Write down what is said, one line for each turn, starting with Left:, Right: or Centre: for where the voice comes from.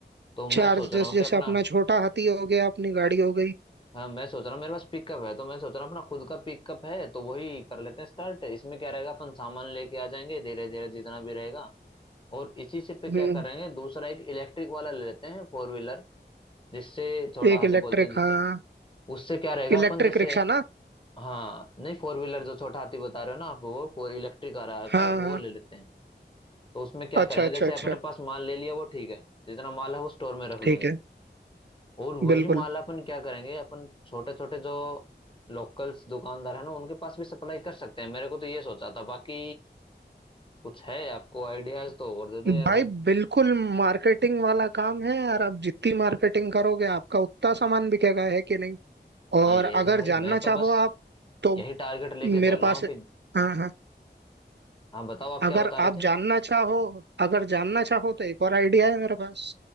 Left: तो मैं
Right: चार्जेस
Left: सोच रहा हूँ
Right: जैसे
Left: कि अपना
Right: अपना छोटा हाथी हो गया अपनी गाड़ी हो गई
Left: हाँ मैं सोच रहा हूँ मेरे पास पिकअप है तो मैं सोच रहा हूँ अपना खुद का पिकअप है तो वही कर लेते हैं स्टार्ट इसमें क्या रहेगा अपन सामान लेके आ जाएंगे धीरे धीरे जितना भी रहेगा और इसी से पे क्या
Right: हम्म
Left: करेंगे दूसरा एक इलेक्ट्रिक वाला ले लेते हैं फोर व्हीलर जिससे छोटा
Right: एक
Left: हाथी
Right: इलेक्ट्रिक
Left: बोलते हैं जिससे
Right: हाँ
Left: उससे क्या रहेगा अपन
Right: इलेक्ट्रिक
Left: जैसे
Right: रिक्शा ना
Left: हाँ नहीं फोर व्हीलर जो छोटा हाथी बता रहे हो ना आप वो फोर इलेक्ट्रिक आ रहा
Right: हाँ
Left: था वो
Right: हाँ
Left: ले लेते हैं तो उसमें क्या
Right: अच्छा
Left: करेंगे
Right: अच्छा
Left: जैसे
Right: अच्छा
Left: अपने पास माल ले लिया वो ठीक है जितना माल है वो स्टोर में रख लेंगे
Right: ठीक है
Left: और वही
Right: बिल्कुल
Left: माल अपन क्या करेंगे अपन छोटे छोटे जो लोकल्स दुकानदार है ना उनके पास भी सप्लाई कर सकते हैं मेरे को तो ये सोचा था बाकी कुछ है आपको आइडियाज तो और दे दो यार
Right: भाई
Left: भाई
Right: बिल्कुल मार्केटिंग वाला काम है यार आप जितनी मार्केटिंग करोगे आपका उतना सामान बिकेगा है कि नहीं
Left: हाँ
Right: और
Left: ये
Right: अगर
Left: है भाई
Right: जानना
Left: मैं तो
Right: चाहो
Left: बस
Right: आप तो
Left: यही टारगेट लेके चल
Right: मेरे
Left: रहा
Right: पास
Left: हूँ कि
Right: हाँ हाँ
Left: हाँ बताओ आप
Right: अगर
Left: क्या बता रहे
Right: आप
Left: थे
Right: जानना चाहो अगर जानना चाहो तो एक और आइडिया है मेरे पास